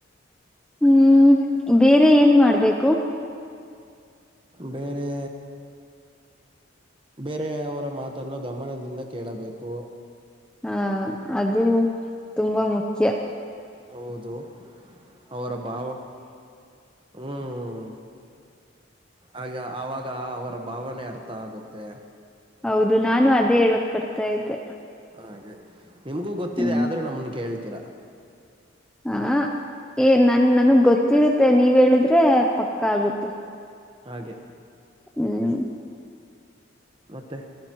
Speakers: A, in the centre; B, on the right (about 25°).
A: ಹ್ಮ ಬೇರೆ ಏನ್ ಮಾಡ್ಬೇಕು.
B: ಬೇರೆ ಬೇರೆಯವರ ಮಾತನ್ನು ಗಮನದಿಂದ ಕೇಳಬೇಕು.
A: ಹ ಅದು ತುಂಬಾ ಮುಖ್ಯ.
B: ಹೌದು ಅವರ ಭಾವ ಹ್ಮ ಆ ಆಗ ಅವರ ಭಾವನೆ ಅರ್ಥ ಆಗುತ್ತೆ.
A: ಹೌದು ನಾನು ಅದೇ ಹೇಳಕ್ ಬರ್ತಾ ಇದ್ದೆ.
B: ಹಾಗೆ ನಿಮ್ಗೂ ಗೊತ್ತಿದೆ
A: ಹ್ಮ್
B: ಆದ್ರೂ ನಮನ್ ಕೇಳ್ತೀರಾ.
A: ಹ ಏ ನನ್ ನನಗ್ ಗೊತ್ತಿರುತ್ತೆ ನೀವ ಹೇಳಿದ್ರೆ ಪಕ್ಕಾ ಆಗುತ್ತೆ.
B: ಹಾಗೆ
A: ಹ್ಮ
B: ಮತ್ತೆ